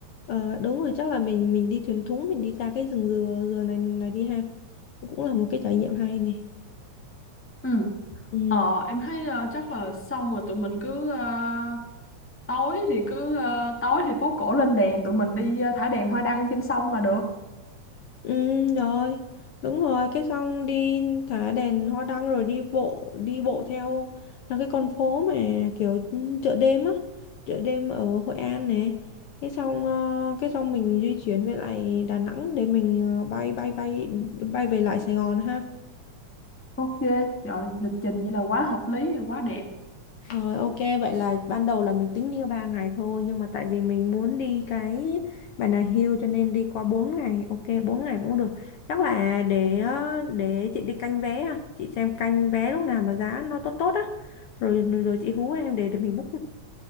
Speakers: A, on the left; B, on the left.
A: Ờ, đúng rồi, chắc là mình mình đi thuyền thúng mình đi ra cái rừng dừa dừa này này đi ha. Cũng là một cái trải nghiệm hay này.
B: Ừ.
A: Ừ.
B: Ờ, em thấy ờ, chắc là xong rồi tụi mình cứ ờ, tối thì cứ ờ, tối thì phố cổ lên đèn tụi mình đi ờ, thả đèn hoa đăng trên sông là được.
A: Ừ, rồi, đúng rồi, cái xong đi thả đèn hoa đăng rồi đi bộ, đi bộ theo là cái con phố mà kiểu ừ, chợ đêm á, chợ đêm ở Hội An nè. Cái xong ờ, cái xong mình di chuyển về lại Đà Nẵng để mình ờ, bay bay bay bay về lại Sài Gòn ha.
B: Ok, trời lịch trình vậy là quá hợp lý rồi quá đẹp.
A: Rồi ok vậy là ban đầu là mình tính đi 3 ngày thôi nhưng mà tại vì mình muốn đi cái Bà Nà Hill cho nên đi qua 4 ngày. Ok 4 ngày cũng được. Chắc là để ờ, để chị đi canh vé à, chị xem canh vé lúc nào mà giá nó tốt tốt á. Rồi rồi chị hú em để, để mình book